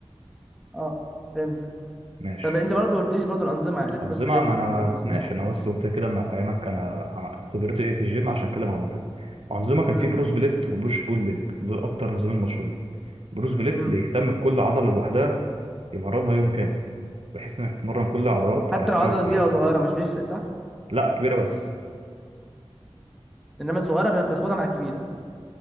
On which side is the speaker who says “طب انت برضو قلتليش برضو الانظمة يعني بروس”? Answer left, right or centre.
Centre